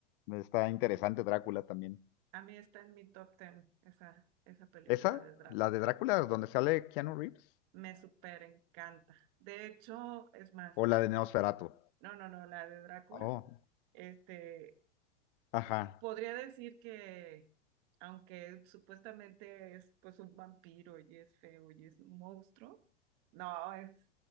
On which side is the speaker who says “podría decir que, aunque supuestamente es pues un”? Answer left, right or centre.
Right